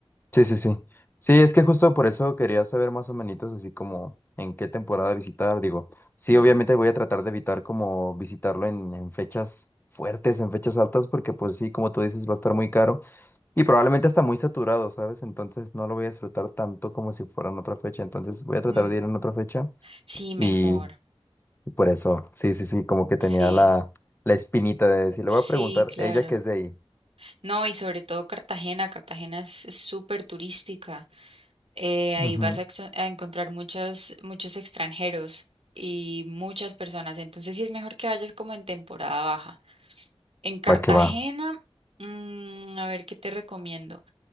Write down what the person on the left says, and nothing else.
Sí, sí, sí. Sí, es que justo por eso quería saber más o menos así como en qué temporada visitar. Digo, sí,
obviamente voy a tratar de evitar como visitarlo en, en fechas fuertes, en fechas altas, porque pues sí, como tú dices, va a estar muy caro y probablemente hasta muy saturado, ¿sabes? Entonces no lo voy a disfrutar tanto como si fuera en otra fecha. Entonces voy a tratar
de ir en otra fecha
y y por eso, sí, sí, sí, como que tenía
la, la espinita de decir,
le voy a preguntar,
ella que es de ahí.
Ujú.
Va que va.